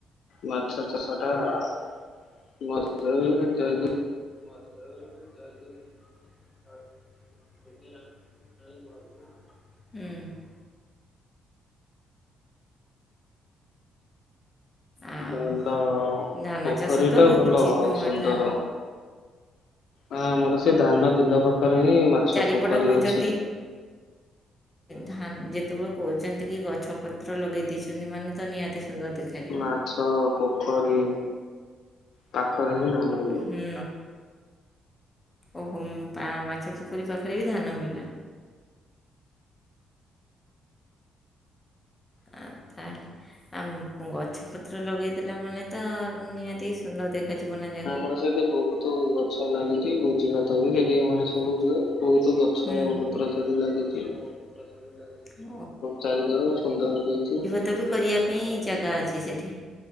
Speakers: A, on the left; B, on the left.
A: ମାଛ ଚାଷଟା <inaudible> ଯାଇକି
B: ମାସରେ <inaudible> <inaudible> ହୁଁ। ଆଉ
A: ଭଲ
B: ଧାନଚାଷ
A: ପୋଖରୀ
B: ତ
A: ଟା
B: ହଉଚି
A: ଭଲ
B: ତୁମର
A: ସୁନ୍ଦର
B: ଧାନ।
A: ଆ ଆମର ସେ ଧାନ ବିଲ ପାଖରେ ହିଁ ମାଛ
B: ଚାରିପଟ
A: ପୋଖରୀ
B: କହୁଛନ୍ତି
A: ଅଛି।
B: ଧାନ ଯେତେବେଳେ କହୁଛନ୍ତି କି ଗଛ ପତ୍ର ଲଗେଇ ଦେଇଛନ୍ତି ମାନେ ତ ନିହାତି ସୁନ୍ଦର ଦେଖାଯିବ
A: ମାଛ ପୋଖରୀ ପାଖରେ ହିଁ ଧାନ ବିଲ।
B: ହୁଁ ଓହୋ ମାଛ ପୋଖରୀ ପାଖରେ ବି ଧାନ ବିଲ। ହଁ ତାହେଲେ ଆମ୍ ଗଛ ପତ୍ର ଲଗେଇ ଦେଲା ମାନେ ତ ନିହାତି ସୁନ୍ଦର ଦେଖ ଖା ଯିବନା ଯା
A: ଆମର ସେଇଠି ବହୁତୁ ଗ ଗଛ ଲାଗିଚି
B: ସେଠି ବହୁତ
A: ଭୋଜି ଭାତ
B: ଗଛ
A: ବି ସେଠି
B: ଲାଗୁଛି
A: ମାନେ ସବୁ
B: ଭୋଜିଭାତ
A: ହୁଏ
B: ବି
A: ବହୁତ
B: ସେଠି ଆମର
A: ଗଛ
B: ସବୁ ହୁଏ।
A: ପତ୍ର ସେଠି
B: ବହୁତ
A: ଲାଗିଛି।
B: ଗଛ ପତ୍ର ଓହୋ ବୁଝିଗଲି।
A: ଚାରିକର ସୁନ୍ଦର ଦେଇଛି।
B: <unintelligible> କରିବା ପାଇଁ ଜାଗା ଅଛି ସେଇଠି।